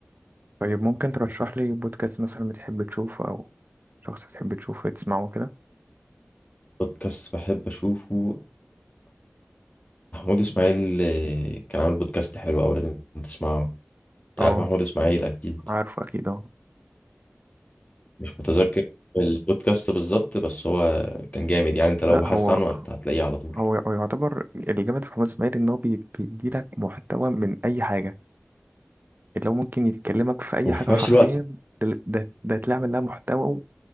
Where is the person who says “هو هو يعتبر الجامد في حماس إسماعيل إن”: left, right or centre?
Right